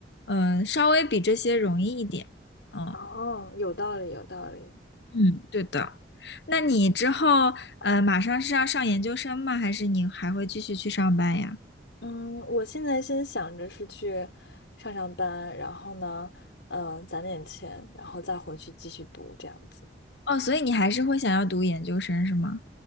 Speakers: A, on the left (about 65°); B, on the left (about 85°).
A: 嗯、稍微比这些容易一点。嗯
B: 哦，有道理，有道理。
A: 嗯，对的。那你之后，呃，马上是要上研究生吗？还是你还会继续去上班呀？
B: 嗯，我现在先想着是去上上班，然后呢，嗯、攒点钱，然后再回去继续读这样子。
A: 哦，所以你还是会想要读研究生是吗？